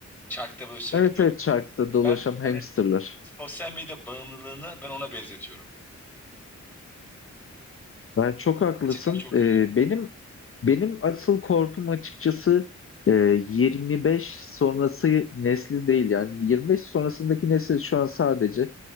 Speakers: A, in the centre; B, on the left (about 45°).
A: Çarkta böyle sürekli
B: Evet
A: dönürler.
B: evet çarkta dolaşan
A: Ben
B: hamsterlar.
A: hani sosyal medya bağımlılığını ben ona benzetiyorum.
B: Ben çok haklısın.
A: Gerçekten çok kötü.
B: Ee, benim benim asıl korkum açıkçası e, 25 sonrası nesli değil. Yani 25 sonrasındaki nesil şu an sadece